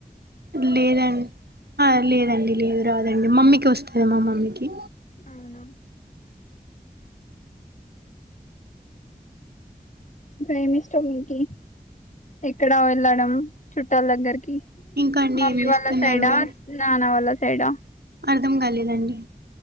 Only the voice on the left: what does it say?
అవునా ఏమిష్టం మీకి? ఎక్కడా వెళ్ళడం చుట్టాల దగ్గరకి
మమ్మీ
వాళ్ళ సైడా,
నాన్న వాళ్ళ సైడా.